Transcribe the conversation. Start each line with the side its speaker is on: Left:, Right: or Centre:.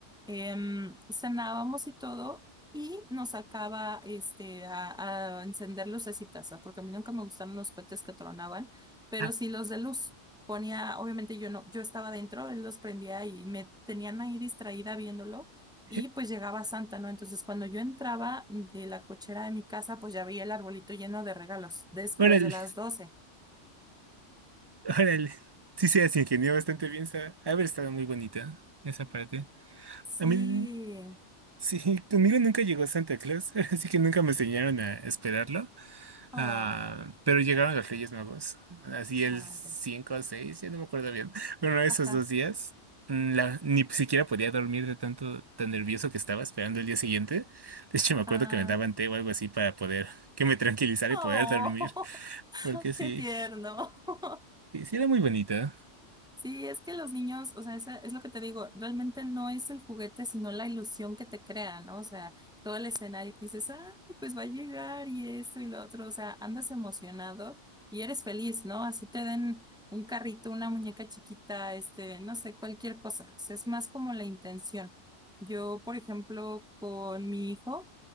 Centre: Em, cenábamos y todo, y nos sacaba este, a, a encender lucecitas, ¿ah? porque a mí nunca me gustaron los cohetes que tronaban, pero
Right: Ah,
Centre: sí los de luz. Ponía, obviamente yo no, yo estaba dentro, él los prendía y me tenían ahí distraída viéndolo. Y
Right: eh,
Centre: pues llegaba Santa, ¿no? Entonces cuando yo entraba de la cochera de mi casa, pues ya veía el arbolito lleno de regalos después
Right: órale,
Centre: de las doce
Right: órale. Sí, se las ingenió bastante bien, ha haber estado muy bonita esa parte.
Centre: Sí.
Right: A mí. Sí, conmigo nunca llegó Santa Claus, <laughs> así que nunca me enseñaron a esperarlo.
Centre: Oh,
Right: Ah, pero llegaron los Reyes Magos, así el
Centre: ah,
Right: 5
Centre: ya.
Right: o 6, ya no me acuerdo bien. Bueno, esos
Centre: Ajá,
Right: dos días, mm, la- ni siquiera podía dormir de tanto, tan nervioso que estaba esperando el día siguiente. De hecho,
Centre: ajá.
Right: me acuerdo que me daban té o algo así para poder, que me tranquilizara
Centre: Oh,
Right: y poder dormir, <laughs>
Centre: <laughs>
Right: porque
Centre: qué
Right: sí,
Centre: tierno. <laughs>
Right: sí sí era muy bonita.
Centre: Sí, es que los niños, o sea, esa- es, lo que te digo, realmente no es el juguete, sino la ilusión que te crea, ¿no? O sea, todo el escenario que dices, ah, pues va a llegar y esto y lo otro, o sea, andas emocionado y eres feliz, ¿no? Así te den un carrito, una muñeca chiquita, este, no sé, cualquier cosa. O sea, es más como la intención. Yo, por ejemplo, con mi hijo,